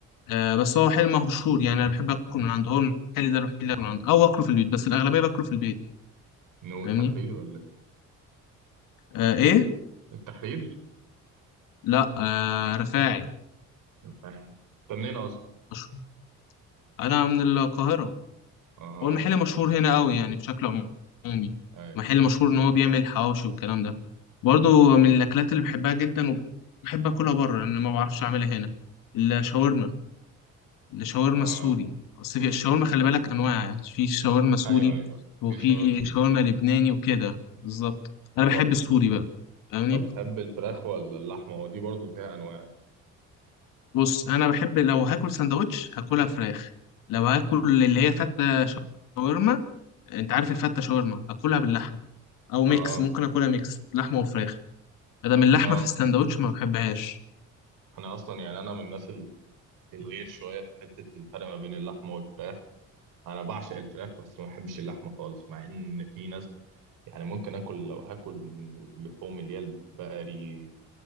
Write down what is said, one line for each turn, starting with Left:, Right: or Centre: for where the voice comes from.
Left: آه بس هو محل مشهور يعني أنا بحب آكل من عنده هو المحل ده الوحيد اللي آكل من عنده أو آكله في البيت بس الأغلبية باكله في البيت
Right: من هو
Left: فاهمني؟
Right: التحرير ولا إيه؟
Left: آه إيه؟
Right: التحرير
Left: لا آه رفاعي
Right: فاهم طب منين اصلا
Left: مشهور. أنا من القاهرة
Right: اها
Left: هو المحل مشهور هنا قوي يعني بشكل عمومي
Right: ايوه
Left: محل مشهور ان هو بيعمل حواوشي والكلام ده برضو من الاكلات اللي بحبها جدا وبحب اكلها بره لان ما بعرفش اعملها هنا الشاورما الشاورما
Right: اها
Left: السوري اصل في الشاورما خلي بالك انواع يعني في شاورما سوري
Right: ايوه ايوه
Left: وفي
Right: في شاورما
Left: شاورما لبناني وكده بالظبط انا بحب
Right: طب
Left: السوري بقى فاهمني
Right: طب بتحب الفراخ ولا اللحمه ودي برضو فيها انواع
Left: بص انا بحب لو هاكل سندوتش هاكلها فراخ لو هاكل اللي هي فتة شاورما انت عارف الفتة شاورما اكلها باللحمة
Right: اوكي
Left: او ميكس
Right: اه
Left: ممكن اكلها ميكس لحمة وفراخ ادام اللحمة
Right: اه
Left: في الساندوتش ما بحبهاش
Right: انا اصلا يعني انا من الناس ال- الغير شويه في حته الفرق ما بين اللحمه والفراخ انا بعشق الفراخ بس ما بحبش اللحمه خالص مع ان في ناس يعني ممكن اكل لو هاكل من اللحوم اللي هي البقري